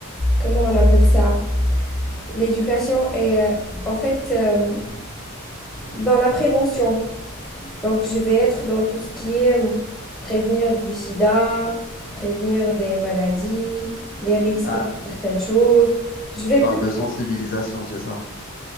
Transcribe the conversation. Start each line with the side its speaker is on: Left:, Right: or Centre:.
Centre: comment on appelle ça L'éducation et euh, en fait euh, dans la prévention. Donc je vais être dans tout ce qui est euh, prévenir du sida, prévenir des maladies, les risques
Left: Ah,
Centre: de certaines choses. Je
Left: tu
Centre: vais
Left: parles
Centre: plus...
Left: de sensibilisation, c'est ça?